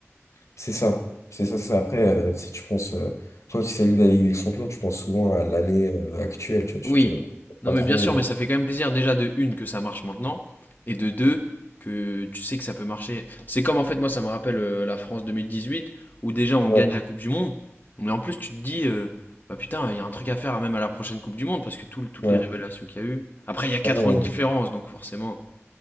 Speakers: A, on the left; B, on the left.
A: c'est ça, c'est ça, c'est ça. Après, euh, si tu penses, euh, toi qui salues la Ligue des Champions, tu penses souvent à l'année euh, actuelle, tu vois,
B: Oui,
A: tu te...
B: non
A: pas
B: mais
A: trop...
B: bien sûr,
A: euh,
B: mais ça fait quand même plaisir déjà de une que ça marche maintenant, et de deux que tu sais que ça peut marcher. C'est comme en fait moi ça me rappelle euh, la France 2018 où déjà on
A: Ouais,
B: gagne la Coupe du Monde, mais en plus tu te dis euh, bah putain il y a un truc à faire même à la prochaine Coupe du Monde parce que tout, le- toutes
A: ouais,
B: les révélations qu'il y a eu. Après il y a quatre
A: ouais, ouais.
B: ans de différence donc forcément.